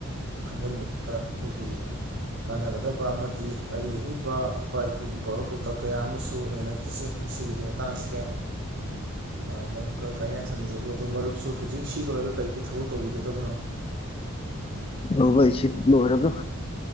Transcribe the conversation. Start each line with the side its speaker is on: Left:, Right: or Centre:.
Right: ꯈꯪꯖꯤꯟꯕꯗꯨꯗ ꯑꯩꯈꯣꯏꯒꯤ ꯀꯥꯟꯅꯒꯗꯕ ꯑꯃꯗꯤ ꯑꯔꯤ ꯑꯔꯤꯕ ꯏꯄꯥ ꯏꯄꯨꯒꯤ ꯄꯥꯎꯔꯧ ꯄꯥꯎꯇꯥꯛ ꯀꯌꯥ ꯑꯃꯁꯨ ꯅꯩꯅ ꯈꯤꯁꯤ ꯉꯁꯤꯒꯤꯗꯤ ꯃꯇꯥꯡꯁꯤꯗ ꯑꯥ ꯃꯔꯨꯞꯀꯥ ꯀꯥꯏꯅ ꯌꯥꯊꯪ ꯅꯤꯖꯒꯦ ꯑꯗꯣ ꯃꯔꯨꯞꯁꯨ ꯍꯧꯖꯤꯛ ꯁꯤ ꯂꯣꯏꯔꯒ ꯀꯔꯤ ꯀꯔꯤ ꯊꯕꯛ ꯇꯧꯕꯤꯒꯗꯕꯅꯣ
Left: ꯑꯣ ꯑꯩ ꯁꯤ ꯂꯣꯏꯔꯒ